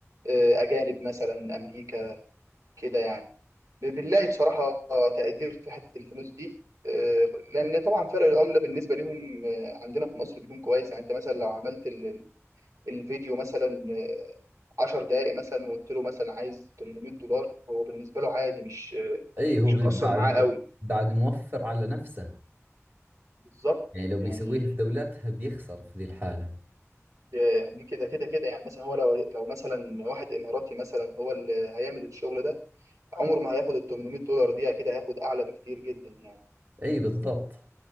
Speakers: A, on the right; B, on the right.
A: آه، اجانب مثلا امريكا كده يعني بالله بصراحة تقدير في حتة الفلوس دي آه، لأن طبعا فرق العملة بالنسبة لهم آه، عندنا في مصر بيكون كويس يعني أنت مثلا لو عملت ال- الفيديو مثلا آه، 10 دقائق مثلا وقلت له مثلا عايز 800 دولار هو بالنسبة له عادي مش آه،
B: اي هو
A: مش
B: بال-
A: هتأثر
B: بعد
A: معاه قوي
B: بعد موفر على نفسه
A: بالظبط
B: يعني لو بيسويه
A: يعني
B: في دولتها بيخسر في ذي الحالة
A: ده يعني كده كده كده يعني مثلا هو لو لو مثلا واحد إماراتي مثلا هو اللي هيعمل الشغل ده عمره ما هياخد ال 800 دولار دي أكيد هياخد أعلى بكتير جدا يعني
B: اي بالضبط